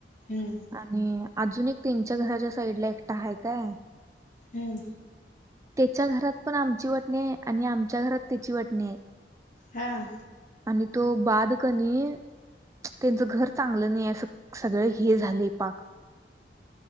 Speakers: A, on the left (about 45°); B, on the right (about 20°).
A: हम्म
B: आणि अजून एक त्यांच्या घराच्या साईड ला एकटा आहे काय
A: हम्म
B: त्याच्या घरात पण आमची वाटणी आणि आमच्या घरात त्याची वाटणी आहे
A: हां
B: आणि तो बादकनी त्यांचं घर चांगलं नाही अस सगळ हे झालंय पाक